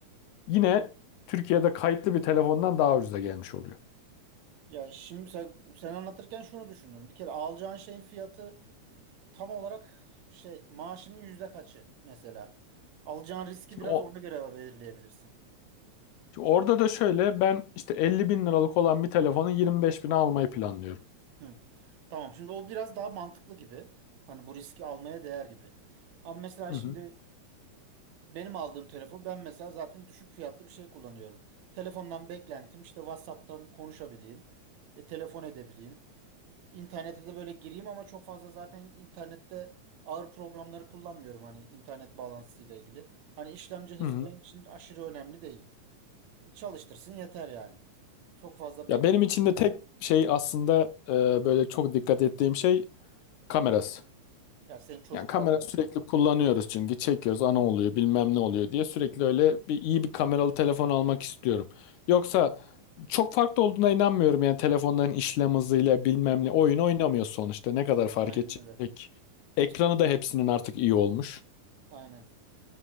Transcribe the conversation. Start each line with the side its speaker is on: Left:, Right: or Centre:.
Left: yine Türkiye'de kayıtlı bir telefondan daha ucuza gelmiş oluyor.
Right: Ya şimdi sen, sen anlatırken şunu düşündüm. Bir kere alacağın şeyin fiyatı tam olarak şey maaşının yüzde kaçı mesela. Alacağın riski
Left: Şimdi
Right: biraz ona göre belirleyebilirsin.
Left: Şimdi Orada da şöyle ben işte 50 bin liralık olan bir telefonu 25 bine almayı planlıyorum.
Right: Hı. Tamam. Şimdi o biraz daha mantıklı gibi. Hani bu riski almaya değer gibi. Ama mesela
Left: Hı
Right: şimdi
Left: hı.
Right: Benim aldığım telefon ben mesela zaten düşük fiyatlı bir şey kullanıyorum. Telefondan beklentim işte WhatsApp'tan konuşabileyim, e, telefon edebileyim. E, İnternete de böyle gireyim ama çok fazla zaten internette ağır programları kullanmıyorum hani internet bağlantısıyla ilgili. Hani işlemci hızı
Left: Hı hı.
Right: benim için aşırı önemli değil. E, Çalıştırsın yeter yani. Çok fazla
Left: Ya
Right: bekle.
Left: benim için de tek şey aslında e, böyle çok dikkat ettiğim şey kamerası.
Right: Ya senin çocuklar
Left: Yani kamera
Right: var diyelim.
Left: sürekli kullanıyoruz çünkü çekiyoruz ana oluyor bilmem ne oluyor diye sürekli
Right: Hı,
Left: öyle bir iyi bir kameralı telefon almak istiyorum. Yoksa çok farklı olduğuna inanmıyorum yani telefonların işlem hızıyla bilmem ne oyun oynamıyor sonuçta ne kadar fark
Right: Aynen
Left: edecek.
Right: öyle.
Left: Ekranı
Right: İşte
Left: da hepsinin artık iyi olmuş.
Right: aynen.